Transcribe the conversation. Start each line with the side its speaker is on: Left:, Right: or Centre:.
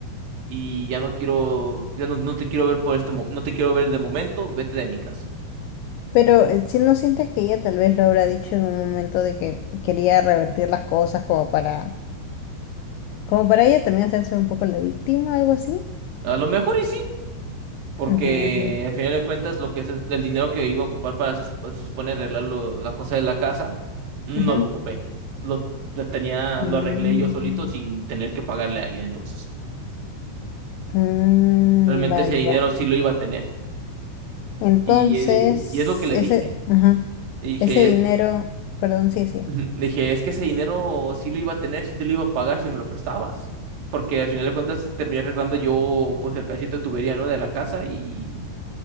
Right: y ya no quiero, ya no, no te quiero ver por este momento, no te quiero ver de momento, vete de mi casa.
Left: Pero eh, si no sientes que ella tal vez lo habrá dicho en un momento de que quería revertir las cosas como para, como para ella también hacerse un poco la víctima, algo así.
Right: A lo mejor y sí, porque
Left: Ujú, ujú,
Right: al final de cuentas lo que es el, el dinero que iba a ocupar para se, sup- se supone arreglar lo- la cosa de la casa, no
Left: ujú.
Right: lo ocupé. Lo, lo tenía,
Left: Mm,
Right: lo arreglé yo solito sin tener que pagarle a alguien entonces.
Left: mm,
Right: Realmente
Left: vale,
Right: ese dinero
Left: vale.
Right: sí lo iba a tener.
Left: Entonces,
Right: Y, eh, y es lo que le
Left: ese,
Right: dije.
Left: ajá,
Right: Le dije,
Left: ese dinero, perdón, sí, sí.
Right: Ujú. Dije, es que ese dinero sí lo iba a tener, sí te lo iba a pagar si me lo prestabas. Porque al final de cuentas terminé arreglando yo pues el pedacito de tubería, ¿no? De la casa y